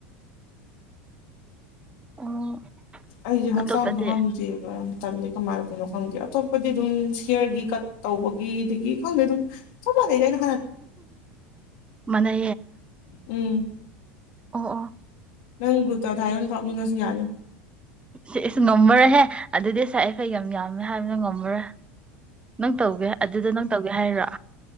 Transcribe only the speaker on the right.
ꯑꯣ
ꯑꯇꯣꯞꯄꯗꯤ
ꯃꯅꯦ
ꯑ ꯑꯥ
ꯁꯤ ꯑꯩꯁ ꯉꯝꯃꯔꯦꯍꯦ ꯑꯗꯨꯗꯤꯁꯥꯏꯦꯈꯩ ꯌꯥꯝ ꯌꯥꯝꯃꯦ ꯍꯥꯏꯕꯅ ꯉꯝꯃꯔꯦ ꯅꯪ ꯇꯧꯒꯦ ꯑꯗꯨꯗ ꯅꯪ ꯇꯧꯒꯦ ꯍꯥꯏꯔꯣ